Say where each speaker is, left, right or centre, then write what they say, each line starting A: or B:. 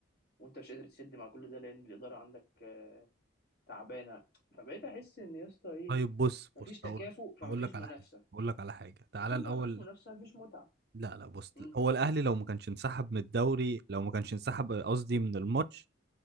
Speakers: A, on the left (about 55°); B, on the right (about 55°).
A: وانت مش قادر تسد مع كل ده لان الاداره عندك آه، تعبانه فبقيت احس ان يا اسطى ايه
B: طيب بص
A: مفيش
B: بص
A: تكافؤ
B: هقول
A: فمفيش
B: هقول لك على
A: منافسه
B: حاجه هقول لك على حاجه تعالى
A: فطول
B: الاول
A: ما مفيش منافسه مفيش متعه
B: لا لا بص
A: مم.
B: هو الاهلي لو ما كانش انسحب من الدوري لو ما كانش انسحب قصدي من الماتش